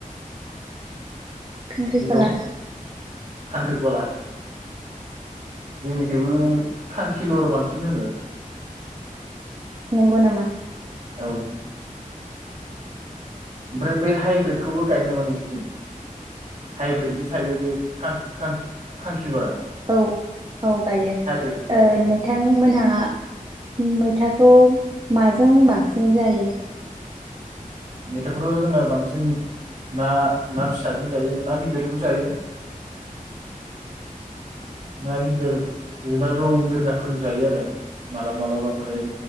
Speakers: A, on the right; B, on the right.
A: खांख्रिखला
B: बेखौ खांख्रिखला जोंनिखिबो खांखिलर बांसिन होनो
A: नंगौ नामा
B: औ ओमफ्राय बे हाइब्रिदखौबो गायो नामा नोंसोरथिं हाइब्रिद जि थायो बे खां खां खांखिलरा
A: औ औ गायो
B: हाइब्रिद औ
A: ओ
B: औ
A: नोंथांमोनहा मैथा खौ माजों बांसिन जायो?
B: मैथाखौथ' जोंना बांसिन ना ना फिसाजों जायो ना गिदिरजोंबो जायो। ना गिदिर जेनेबा रौ मिरगाफोरजोंबो जायो आरो मालाबा मालाबा ओमफ्राय